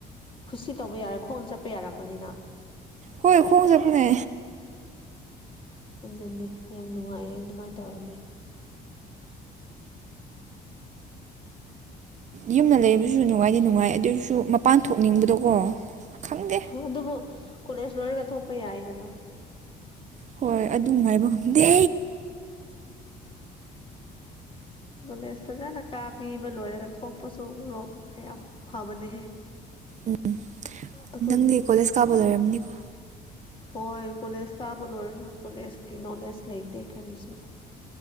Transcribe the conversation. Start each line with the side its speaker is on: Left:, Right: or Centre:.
Left: ꯈꯨꯁꯤ ꯇꯧꯕ ꯌꯥꯔꯦ ꯈꯣꯡ ꯆꯠꯄ ꯌꯥꯔꯃꯅꯤꯅ
Right: ꯍꯣꯏ ꯈꯣꯡꯖꯕꯅꯦ
Left: ꯑꯗꯨꯅꯦ ꯌꯥꯝ ꯅꯨꯡꯉꯥꯏꯌꯦ ꯑꯗꯨꯃꯥꯏ ꯇꯧꯔꯗꯤ
Right: ꯌꯨꯝꯗ ꯂꯩꯕꯁꯨ ꯅꯨꯡꯉꯥꯏꯗꯤ ꯅꯨꯡꯉꯥꯏ ꯑꯗꯨꯏꯁꯨ ꯃꯄꯥꯟ ꯊꯣꯛꯅꯤꯡꯕꯗꯣꯀꯣ ꯈꯪꯗꯦ
Left: ꯍꯣ ꯑꯗꯨꯕꯨ ꯀꯣꯂꯦꯖ ꯂꯣꯏꯔꯒ ꯊꯣꯛꯄ ꯌꯥꯏꯗꯅ
Right: ꯍꯣꯏ ꯑꯗꯨ ꯉꯥꯏꯕ ꯉꯝꯗꯦ
Left: ꯀꯣꯂꯦꯖ ꯐꯖꯅ ꯀꯥꯕꯤꯕ ꯂꯣꯏꯔꯒ ꯊꯣꯛꯄꯁꯨ ꯑꯃꯣ ꯌꯥꯝ ꯐꯕꯅꯦꯍꯦ
Right: ꯎꯝ
Left: ꯑꯩꯈꯣꯏꯗꯤ
Right: ꯅꯪꯗꯤ ꯀꯣꯂꯦꯖ ꯀꯥꯕ ꯂꯣꯏꯔꯝꯅꯤꯀꯣ
Left: ꯍꯣꯏ ꯀꯣꯂꯦꯖ ꯀꯥꯕ ꯂꯣꯏꯔꯁꯨ ꯀꯣꯂꯦꯖꯀꯤ ꯅꯣꯂꯦꯖ ꯂꯩꯇꯦ ꯀꯔꯤꯁꯨ